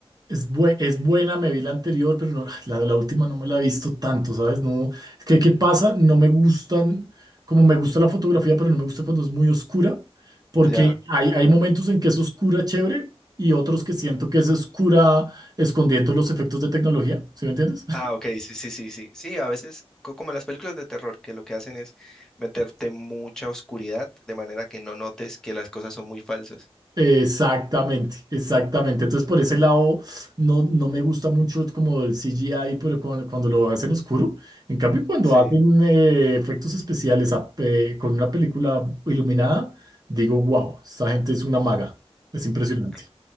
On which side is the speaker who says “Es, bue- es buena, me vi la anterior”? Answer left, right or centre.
Right